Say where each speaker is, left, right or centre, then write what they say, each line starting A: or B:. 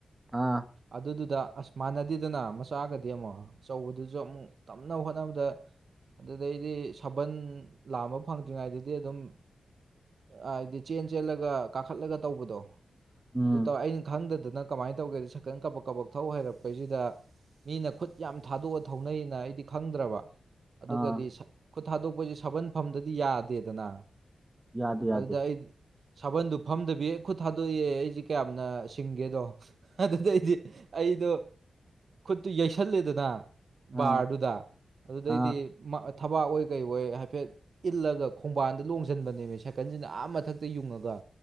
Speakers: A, on the right; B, on the right.
A: ꯑꯥ
B: ꯑꯗꯨꯗꯨꯗ ꯑꯁ ꯃꯥꯟꯅꯗꯦꯗꯅ ꯃꯆꯥꯒꯗꯤ ꯑꯃꯨꯛ ꯑꯆꯧꯕꯗꯨꯁꯨ ꯑꯃꯨꯛ꫰꫰ ꯇꯝꯅꯕ ꯍꯣꯠꯅꯕꯗ ꯑꯗꯨꯗꯩꯗꯤ ꯁꯥꯕꯜ ꯂꯥꯑꯝꯕ ꯐꯪꯗ꯭ꯔꯤꯉꯩꯗꯗꯤ ꯑꯗꯨꯝ ꯍꯥꯏꯗꯤ ꯆꯦꯟ ꯆꯦꯜꯂꯒ ꯀꯥꯈꯠꯂꯒ ꯇꯧꯕꯗꯣ
A: ꯎꯝ
B: ꯑꯗꯨ ꯇꯧꯔ ꯑꯩꯅ ꯈꯪꯗꯗꯅ ꯀꯃꯥꯏꯅ ꯇꯧꯒꯦ ꯁꯛꯇꯪ ꯀꯕꯛ ꯀꯕꯛ ꯊꯧ ꯍꯩꯔꯛꯄꯩꯁꯤꯗ꯫ ꯃꯤꯅ ꯈꯨꯠ ꯌꯥꯝ ꯊꯥꯗꯣꯛꯑ ꯊꯧꯅꯩꯅ ꯑꯩꯗꯤ ꯈꯪꯗ꯭ꯔꯕ ꯑꯗꯨꯒꯗꯤ
A: ꯑꯥ
B: ꯈꯨꯠ ꯊꯥꯗꯣꯛꯄꯁꯦ ꯁꯥꯕꯜꯐꯝꯗꯗꯤ ꯌꯥꯗꯦꯗꯅ
A: ꯌꯥꯗꯦ ꯌꯥꯗꯦ
B: ꯑꯗꯨꯗ ꯑꯩ ꯁꯥꯕꯜꯗꯨ ꯐꯝꯗꯕꯤꯌꯦ ꯈꯨꯠ ꯊꯥꯗꯣꯛꯑꯦ ꯑꯩꯁꯦ ꯀꯌꯥꯝꯅ ꯁꯤꯡꯒꯦꯗꯣ ꯑꯗꯨꯗꯩꯗꯤ ꯑꯩꯗꯣ ꯈꯨꯠꯇꯨ ꯌꯩꯁꯜꯂꯦꯗꯅ
A: ꯑꯥ
B: ꯕꯥꯔꯗꯨꯗ ꯑꯗꯨꯗꯩꯗꯤ
A: ꯑꯥ
B: ꯊꯕꯥꯛ ꯑꯣꯏ ꯀꯩ ꯑꯣꯏ ꯍꯥꯏꯐꯦꯠ ꯏꯜꯂꯒ ꯈꯣꯡꯕꯥꯟꯗ ꯂꯣꯡꯁꯤꯟꯕꯅꯦꯃꯤ ꯁꯥꯏꯀꯜꯁꯤꯅ ꯑꯥ ꯃꯊꯛꯇ ꯌꯨꯡꯉꯒ